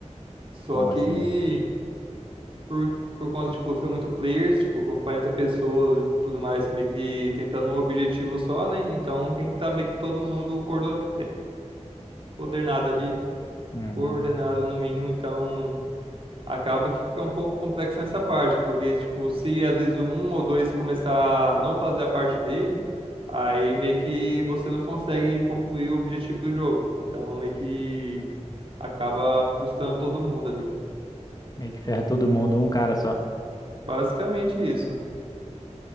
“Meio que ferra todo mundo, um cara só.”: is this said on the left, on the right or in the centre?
Left